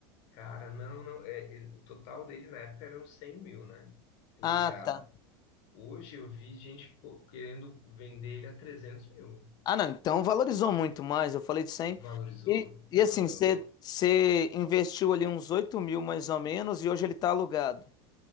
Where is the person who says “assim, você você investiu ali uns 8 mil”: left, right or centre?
Left